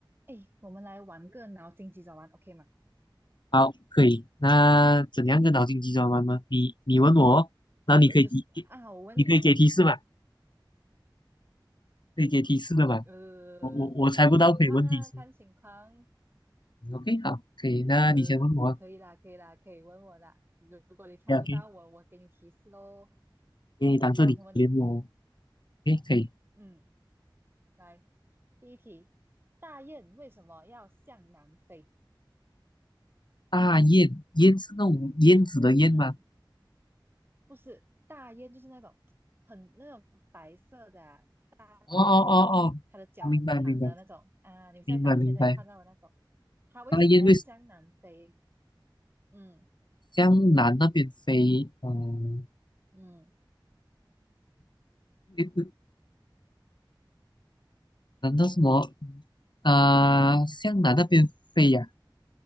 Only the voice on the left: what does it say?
好，可以。那怎样个脑筋急转弯吗？你你问我哦然后你可以提，
你可以给提示吧？可以给提示的吧？
我我我猜不到，
可以问提示。
OK，好，可以。那你先问我啊
OK，
因为当这里可怜我。
OK，可以。
大雁，雁是那种燕子的燕吗？
哦哦哦哦，我明白明白
明白明白。
大雁为
向南那边飞？嗯、呃，
你你难道什么？呃，向南那边飞呀、